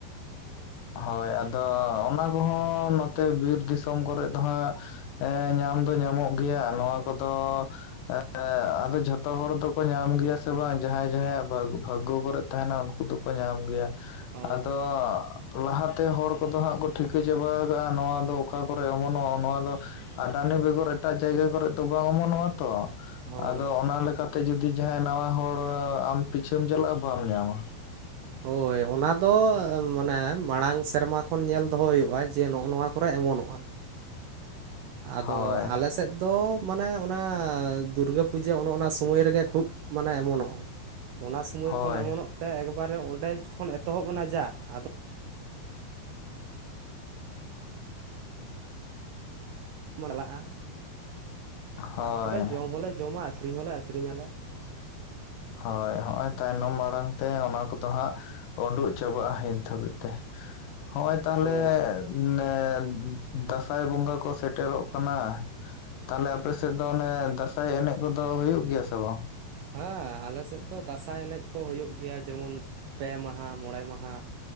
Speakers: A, on the left; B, on the right.
A: ᱦᱳᱭ ᱟᱫᱚ ᱚᱱᱟ ᱠᱚᱦᱚᱸ ᱱᱚᱛᱮ ᱵᱤᱨ ᱫᱤᱥᱚᱢ ᱠᱚᱨᱮᱜ ᱫᱚ ᱦᱟᱸᱜ ᱮᱸ ᱧᱟᱢ ᱫᱚ ᱧᱟᱢᱚᱜ ᱜᱮᱭᱟ ᱱᱚᱣᱟ ᱠᱚᱫᱚ <unintelligible> ᱟᱫᱚ ᱡᱷᱚᱛᱚ ᱦᱚᱲ ᱫᱚᱠᱚ ᱧᱟᱢ ᱜᱮᱭᱟ ᱥᱮ ᱵᱟᱝ ᱡᱟᱦᱟᱸᱭ ᱡᱟᱦᱟᱸᱭᱟᱜ ᱵᱟᱼᱵᱷᱟᱜᱽᱜᱚ ᱠᱚᱨᱮᱫ ᱛᱟᱦᱮᱱᱟ ᱩᱱᱠᱩ ᱫᱚᱠᱚ ᱧᱟᱢ ᱜᱮᱭᱟ
B: ᱦᱳᱭ
A: ᱟᱫᱚ ᱛᱚ ᱞᱟᱦᱟ ᱛᱮ ᱦᱚᱲ ᱠᱚᱫᱚ ᱦᱟᱸᱜ ᱠᱚ ᱴᱷᱤᱠᱟᱹ ᱪᱟᱵᱟ ᱟᱠᱟᱜᱼᱟ ᱱᱚᱣᱟ ᱫᱚ ᱚᱠᱟ ᱠᱚᱨᱮ ᱚᱢᱚᱱᱚᱜᱼᱟ ᱱᱚᱣᱟ ᱫᱚ ᱟᱰᱟᱱᱤ ᱵᱮᱜᱚᱨ ᱮᱴᱟᱜ ᱡᱟᱭᱜᱟ ᱠᱚᱨᱮᱫ ᱫᱚ ᱵᱟᱝ ᱚᱢᱚᱱᱚᱜᱼᱟ ᱛᱚ
B: ᱦᱳᱭ
A: ᱟᱫᱚ ᱚᱱᱟ ᱞᱮᱠᱟᱛᱮ ᱡᱩᱫᱤ ᱡᱟᱦᱟᱸᱭ ᱱᱟᱶᱟ ᱦᱚᱲ ᱟᱢ ᱯᱤᱪᱷᱟᱹᱢ ᱪᱟᱞᱟᱜᱼᱟ ᱵᱟᱢ ᱧᱟᱢᱟ᱾ <inaudible>
B: ᱦᱳᱭ ᱚᱱᱟ ᱫᱚ ᱢᱟᱱᱮ ᱢᱟᱲᱟᱝ ᱥᱮᱨᱢᱟ ᱠᱷᱚᱱ ᱧᱮᱞ ᱫᱚᱦᱚ ᱦᱩᱭᱩᱜᱼᱟ ᱡᱮ ᱱᱚᱜᱼᱚ ᱱᱚᱣᱟ ᱠᱚᱨᱮ ᱟᱭᱢᱚᱱᱚᱜᱼᱟ ᱟᱫᱚ
A: ᱦᱳᱭ
B: ᱟᱞᱮ ᱥᱮᱫ ᱫᱚ ᱢᱟᱱᱮ ᱚᱱᱟ ᱫᱩᱨᱜᱟᱹ ᱯᱩᱡᱟᱹ ᱚᱱᱮ ᱚᱱᱟ ᱥᱚᱢᱚᱭ ᱨᱮᱜᱮ ᱠᱷᱩᱵᱽ ᱢᱟᱱᱮ ᱚᱢᱚᱱᱚᱜᱼᱟ ᱾ ᱚᱱᱟ ᱥᱚᱢᱚᱭ
A: ᱦᱳᱭ
B: ᱠᱷᱚᱱ ᱚᱢᱚᱱᱚᱜ ᱛᱮ ᱮᱠᱵᱟᱨᱮ ᱚᱸᱰᱮ ᱠᱷᱚᱱ ᱮᱛᱚᱦᱚᱵ ᱮᱱᱟ ᱡᱟ ᱟᱫᱚ ᱢᱟᱰᱞᱟᱜᱼᱟ
A: ᱦᱳᱭ
B: ᱛᱟᱯᱚᱨᱮ ᱡᱚᱢ ᱦᱚᱸᱞᱮ ᱡᱚᱢᱟ ᱟᱹᱠᱷᱨᱤᱧ ᱦᱚᱸᱞᱮ ᱟᱹᱠᱷᱨᱤᱧᱟ ᱞᱮ ᱾
A: ᱦᱳᱭ ᱦᱚᱸᱜᱼᱚᱭ ᱛᱟᱭᱱᱚᱢ ᱢᱟᱲᱟᱝ ᱛᱮ ᱚᱱᱟ ᱠᱚᱫᱚ ᱦᱟᱸᱜ, ᱩᱸᱰᱩᱩᱜ ᱪᱟᱵᱟᱜᱼᱟ ᱱᱤᱛ ᱫᱷᱟᱹᱵᱤᱡ ᱛᱮ ᱦᱚᱜᱼᱚᱭ ᱛᱟᱦᱞᱮ
B: ᱦᱳᱭ
A: <inaudible> ᱫᱟᱸᱥᱟᱭ ᱵᱚᱸᱜᱟ ᱠᱚ ᱥᱮᱴᱮᱨᱚᱜ ᱠᱟᱱᱟ ᱾ ᱛᱟᱦᱞᱮ ᱟᱯᱮ ᱥᱮᱫ ᱫᱚ ᱚᱱᱮ ᱫᱟᱸᱥᱟᱭ ᱮᱱᱮᱡ ᱠᱚᱫᱚ ᱦᱩᱭᱩᱜ ᱜᱮᱭᱟ ᱥᱮ ᱵᱟᱝ?
B: ᱦᱮᱸ ᱟᱞᱮ ᱥᱮᱫ ᱫᱚ ᱫᱟᱸᱥᱟᱭ ᱮᱱᱮᱡ ᱠᱚ ᱦᱩᱭᱩᱜ ᱜᱮᱭᱟ ᱡᱮᱢᱚᱱ ᱯᱮ ᱢᱟᱦᱟ, ᱢᱚᱬᱮ ᱢᱟᱦᱟ,